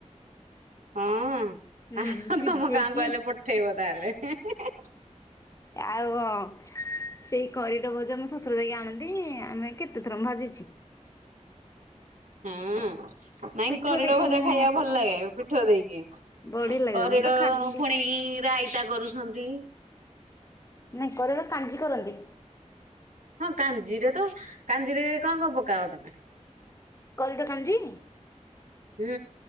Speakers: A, on the right; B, on the left.
A: ହଁ
B: ହୁଁ
A: ଆ
B: ସିଝେଇକି
A: ତମ ଗାଁକୁ ଆଇଲେ ପଠେଇବ ତାହେଲେ <unintelligible>
B: ଆଉ ହଁ ସେଇ କରିଡ ଗଜା ଆମ ଶଶୁର ଯାଇକି ଆଣନ୍ତି। ଆମେ କେତେଥର ମୁଁ ଭାଜିଛି।
A: ହଁ। ନାଇଁ
B: ପିଠଉ
A: କରିଡ଼
B: ଦେଇକି
A: ଭଜା
B: ମୁଁ
A: ଖାଇବାକୁ ଭଲ ଲାଗେ ପିଠଉ ଦେଇକି।
B: ବଢିଆ ଲାଗିବ
A: କରିଡ
B: ମୁଁ ତ ଖାଲି
A: ପୁଣି ରାଇତା କରୁଛନ୍ତି।
B: ନାହିଁ କରିଡ଼ କାଞ୍ଜି କରନ୍ତି।
A: ହଁ କାଞ୍ଜିରେ ତ କାଞ୍ଜିରେ କଣ କଣ ପକାଅ ତମେ?
B: କରିଡ଼ କାଞ୍ଜି।
A: ହୁଁ।